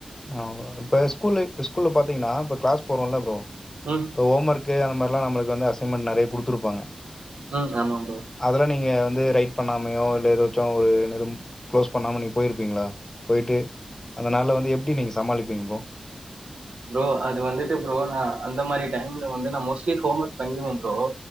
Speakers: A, on the left; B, on the right.
A: அ ப்ப ஸ்கூல் லைஃப் ஸ்கூல்ல பாத்தீங்கன்னா இப்ப க்ளாஸ் போறோல ப்ரோ
B: அ
A: இப்போ ஓமர்கு அந்த மார்லா நம்ளுக்கு வந்து அசைன்மெண்ட் நறைய குடுத்துருப்பாங்க
B: ம் ஆமா ப்ரோ
A: அதெல்லா நீங்க வந்து ரைட் பண்ணாமையோ இல்ல எதாச்சு ஒரு எதும் க்ளோஸ் பண்ணாம நீங்க போயிருப்பீங்களா போய்ட்டு அந்தனாள வந்து எப்டி நீங்க சமாளிப்பீங்க ப்ரோ
B: ப்ரோ அது வந்துட்டு ப்ரோ நா அந்த மாரி டைம்ல வந்து நா மோஸ்ட்லி ஹோம் ஒர்க் பன்னிருவே ப்ரோ